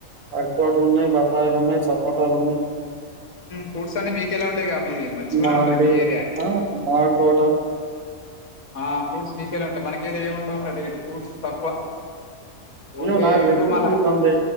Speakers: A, on the right; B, on the left.
A: అతు వాట్లోన్నాయి బతలోన్నా సపోట్ల ఉన్నా
B: ఫ్రూట్స్ అన్ని మీకెలా ఉంటాయి మీది మంచి కూడా
A: మామిడి
B: ఉంటంది మీ ఏరియా
A: ఆ మామిడి తోట
B: ఆ ఫ్రట్ మీకెలా ఉంటాయి మనకెళ ఏము ఉండవు అదే ఇ ఫ్రూట్స్ తక్కువ ఓన్లీ
A: ఇయో నా వెసి
B: ఇటు మళ్ళ
A: ఇది మంది